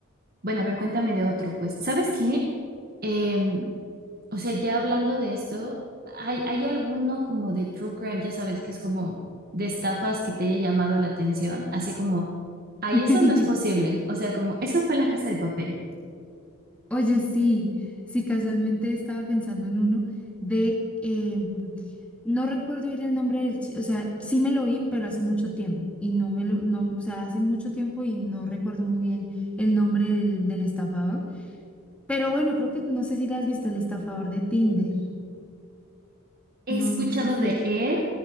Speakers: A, on the right (about 45°); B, in the centre.
A: bueno, a ver, cuéntame de otro, pues. ¿Sabes qué? Em, o sea, ya hablando de esto, ¿hay, hay alguno como de true crime, ya sabes, que es como de estafas que te haya llamado la atención? Así como, ay,
B: <laughs>
A: eso no es posible. O sea, como, eso fue La Casa de Papel.
B: Oye, sí, sí, casualmente estaba pensando en uno de, eh, No recuerdo ir el nombre del, chi- o sea, sí me lo vi, pero hace mucho tiempo y no me lo, no, o sea, hace mucho tiempo y no recuerdo muy bien el nombre del, del estafador. Pero bueno, creo que no sé si la has visto, el estafador de Tinder.
A: He
B: No,
A: escuchado
B: no sé si,
A: de él